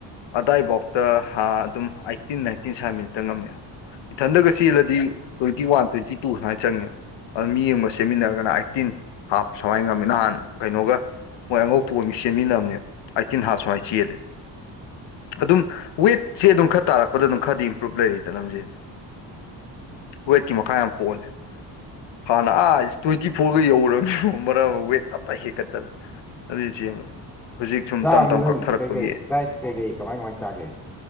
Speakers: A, on the left; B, in the centre.
A: ꯑꯗꯥꯏꯕꯥꯎꯇ ꯍꯥ ꯑꯗꯨꯝ ꯑꯦꯠꯇꯤꯟ ꯅꯥꯏꯟꯇꯤꯟ ꯁ꯭ꯋꯥꯏ ꯃꯤꯅꯤꯠꯇ ꯉꯝꯃꯦ ꯏꯊꯟꯗꯒ ꯆꯦꯜꯂꯗꯤ ꯇ꯭ꯋꯦꯟꯇꯤ ꯋꯥꯟ ꯇ꯭ꯋꯦꯟꯇꯤ ꯇꯨ ꯁꯨꯃꯥꯏ ꯆꯪꯉꯦ ꯑꯥ ꯃꯤ ꯑꯃꯒ ꯆꯦꯟꯃꯤꯟꯅꯔꯒꯅ ꯑꯥꯏꯠꯇꯤꯟ ꯍꯥꯞ ꯁꯨꯃꯥꯏ ꯉꯝꯃꯤ ꯅꯍꯥꯟ ꯀꯩꯅꯣꯒ ꯃꯣꯏ ꯑꯉꯧ ꯇꯣꯟ ꯆꯦꯟꯃꯤꯟꯅꯕꯅꯦ ꯑꯥꯏꯠꯇꯤꯟ ꯍꯥꯞ ꯁꯨꯃꯥꯏ ꯆꯦꯜꯂꯦ ꯑꯗꯨꯝ ꯋꯦꯠꯁꯦ ꯑꯗꯨꯝ ꯈꯔ ꯇꯥꯔꯛꯄꯗ ꯑꯗꯨꯝ ꯈꯔꯗꯤ ꯏꯝꯄ꯭ꯔꯨꯨꯞ ꯂꯩꯔꯤꯗ ꯂꯝꯖꯦꯜꯁꯦ
B: ꯎꯝ꯫
A: ꯋꯦꯠꯀꯤ ꯃꯈꯥ ꯌꯥꯝ ꯄꯣꯜꯂꯦꯕ ꯍꯥꯟꯅ ꯑꯥ ꯏꯁꯇꯨꯠ ꯐꯤꯞꯇꯤ ꯐꯣꯔꯒ ꯌꯧꯔꯕꯅꯤꯉꯣ ꯃꯔꯛ ꯑꯃ ꯋꯦꯠ ꯇꯞꯇꯥꯏ ꯍꯦꯡꯀꯠꯇꯅ ꯑꯗꯨꯅ ꯆꯦꯟꯕꯗ ꯍꯧꯖꯤꯛ ꯁꯨꯝ
B: ꯆꯥꯕꯗꯤ
A: ꯇꯞ ꯇꯞ
B: ꯅꯪ
A: ꯀꯛꯊꯔꯛꯄꯒꯤ
B: ꯀꯩꯀꯩ ꯗꯥꯏꯠ ꯀꯩꯀꯩ ꯀꯃꯥꯏ ꯀꯃꯥꯏ ꯆꯥꯒꯦ